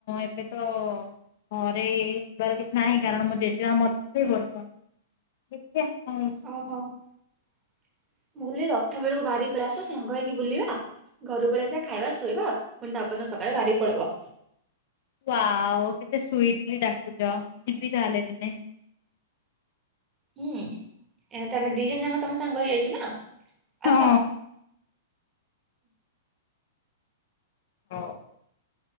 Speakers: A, on the left; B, on the right.
A: ଏବେ ତ ଘରେ ଯିବାର କିଛି ନାହିଁ କାରଣ ମୋ ଜେଜେମା ମରିଚି ଏ ବର୍ଷ। ଦେଖିବା କଣ୍ ହଉଚି।
B: ଓହୋ ମୁଁ କହିଲି ରଥ ବେଳକୁ ବାହାରିକି ପଳେଇ ଆସ ସାଙ୍ଗ ହେଇକି ବୁଲିବା। ଘରୁ ପଳେଇଆସ ଖାଇବା ଶୋଇବ ପୁଣି ତା ପରଦିନ ସକାଳେ ବାହାରିକି ପଳେଇବ।
A: ୱାୱ୍ କେତେ ସୁଇଟଲି ଡାକୁଛ ଯିବି ତାହେଲେ ଦିନେ।
B: ହୁଁ ଏ ତ ଆମେ ଦି ଜଣ ଯାକ ତମ ସାଙ୍ଗ ହେଇଯାଇଛ ନା
A: ହଁ।
B: ଆସ।
A: ହଁ।